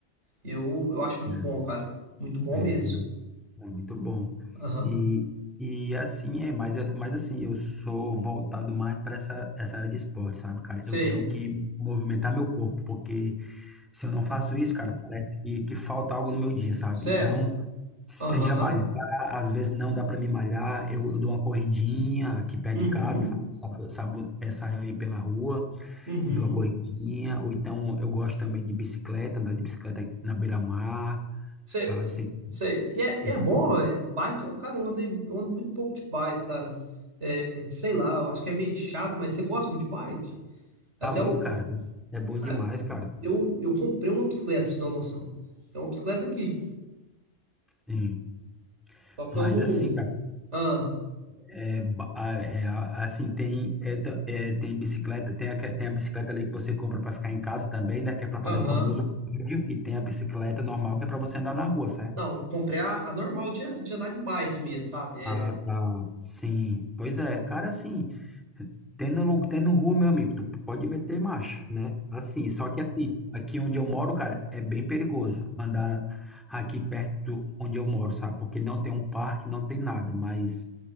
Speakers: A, on the right; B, in the centre.
A: Eu, eu acho muito
B: é,
A: bom, cara. Muito bom
B: é
A: mesmo.
B: é muito bom.
A: Aham.
B: E, e assim é, mas, é- mas assim, eu sou voltado mais para essa, essa área de esporte, sabe, cara?
A: Sei.
B: Eu tenho que movimentar meu corpo, porque se eu não faço isso, cara, parece que, que falta algo no meu dia, sabe?
A: Sério?
B: Então, seja
A: Aham.
B: malhar, às vezes não dá para me malhar, eu, eu dou uma corridinha aqui perto
A: Uhum.
B: de casa, sabe? Sabe, sabe, é, saio aí pela rua.
A: Uhum.
B: numa corridinha, ou então eu gosto também de bicicleta, andar de bicicleta na beira-mar,
A: Sei,
B: sabe? Sem,
A: sei. E é,
B: sem,
A: e é bom,
B: sem
A: é, bike, eu, cara, eu andei, eu ando muito pouco de bike, cara. É, é, sei lá, eu acho que é meio chato, mas você gosta muito de bike? Até
B: calor,
A: o,
B: cara. É bom
A: cara,
B: demais, cara.
A: eu, eu comprei uma bicicleta, pra você ter uma noção. Tem uma bicicleta aqui,
B: Sim.
A: só que
B: Mas
A: eu não,
B: assim, cara,
A: ah,
B: é, ba- a- é a- assim, tem, é, ta- é, tem bicicleta, tem a, que- tem a bicicleta ali que você compra para ficar em casa também, né? Que é para fazer
A: aham.
B: o famoso cardio, e tem a bicicleta normal que é para você andar na rua, certo?
A: Não, eu comprei a, a normal de, de andar de bike mesmo, sabe? É,
B: Ah, tá. Sim. Pois é, cara, assim, tendo, lu- tendo rua, meu amigo, tu pode meter marcha, né? Assim, só que assim, aqui onde eu moro, cara, é bem perigoso andar aqui perto onde eu moro, sabe? Porque não tem um parque, não tem nada, mas